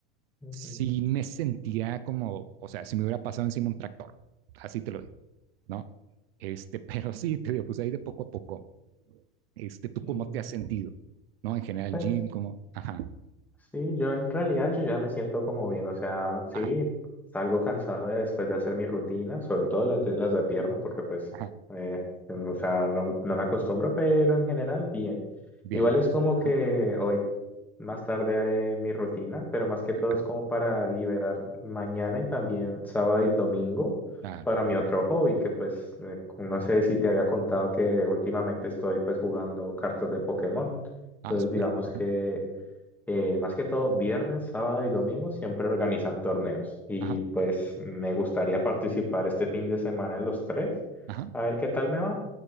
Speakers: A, in the centre; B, on the right.
A: Ujú,
B: sí me sentía como, o sea, si me hubiera pasado encima un tractor, así te lo digo, ¿no? Este, <laughs> pero sí, te digo, pues ahí de poco a poco, este, ¿tú
A: ujú.
B: cómo te has sentido? ¿No? En general,
A: Pues
B: Jim, como, ajá,
A: sí, yo en realidad yo ya me siento como bien, o sea, sí,
B: ajá,
A: salgo cansado de- después de hacer mi rutina, sobre todo las de, las de pierna, porque pues,
B: ajá,
A: eh, o sea, no, no me acostumbro, pero en general bien.
B: bien,
A: Igual es como
B: ajá,
A: que hoy Más tarde haré mi rutina, pero más
B: súper,
A: que todo
B: ajá,
A: es como para liberar mañana y también sábado y domingo
B: ah,
A: para mi
B: ah,
A: otro hobby, que pues eh, no sé si te había contado que últimamente estoy pues jugando cartas de Pokémon. Entonces
B: ah, súper,
A: digamos
B: ajá,
A: que eh, más que todo viernes, sábado y domingo siempre organizan torneos y
B: ajá,
A: pues me gustaría participar este fin de semana en los tres,
B: ajá,
A: a ver qué tal me va.